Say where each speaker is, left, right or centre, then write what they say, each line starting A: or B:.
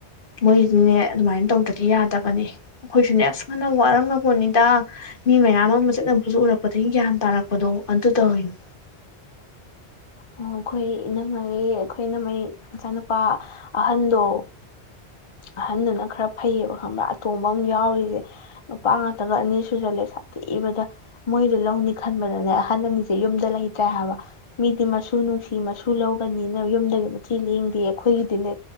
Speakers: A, on the left (about 50°); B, on the left (about 35°).
A: ꯃꯣꯏꯗꯤꯅꯦ ꯑꯗꯨꯃꯥꯏꯅ ꯇꯧꯗ꯭ꯔꯗꯤ ꯌꯥꯗꯕꯅꯤ ꯑꯩꯈꯣꯏꯁꯨꯅꯦ ꯑꯁ ꯌꯥꯝꯅ ꯋꯥꯔꯝꯒꯄꫭꯠꯅꯤꯗ ꯃꯤ ꯃꯌꯥꯝ ꯑꯃ ꯆꯠꯅꯕꯖꯨ ꯎꯔꯛꯄꯗꯒꯤ ꯒ꯭ꯌꯥꯟ ꯇꯥꯔꯛꯄꯗꯣ ꯑꯗꯨ ꯇꯧꯔꯤꯅꯤ
B: ꯑꯣ ꯑꯩꯈꯣꯏ ꯏꯅꯝꯃꯩ ꯑꯩꯈꯣꯏ ꯏꯅꯝꯃꯩ ꯏꯆꯥꯅꯨꯄꯥ ꯑꯍꯟꯗꯣ ꯑꯍꯟꯗꯨꯅ ꯈꯔ ꯐꯩꯌꯦꯕ ꯈꯪꯕ꯭ꯔꯥ ꯑꯇꯣꯝꯕ ꯑꯃ ꯌꯥꯎꯔꯤꯖꯦ ꯅꯨꯄꯥ ꯉꯥꯛꯇꯒ ꯑꯅꯤ ꯁꯨꯖꯜꯂꯦ ꯁꯥꯊꯤꯕꯗ ꯃꯣꯏꯗ ꯂꯧꯅꯤ ꯈꯟꯕꯗꯅꯦ ꯑꯍꯟ ꯑꯅꯤꯖꯦ ꯌꯨꯝꯗ ꯂꯩꯇ꯭ꯔꯦ ꯍꯥꯏꯕ ꯃꯤꯗꯤ ꯃꯁꯨ ꯅꯨꯡꯁꯤ ꯃꯁꯨ ꯂꯧꯒꯅꯤꯅ ꯌꯨꯝꯗꯒꯤ ꯃꯆꯤ ꯂꯦꯡꯗꯦ ꯑꯩꯈꯣꯏꯒꯤꯗꯤꯅꯦ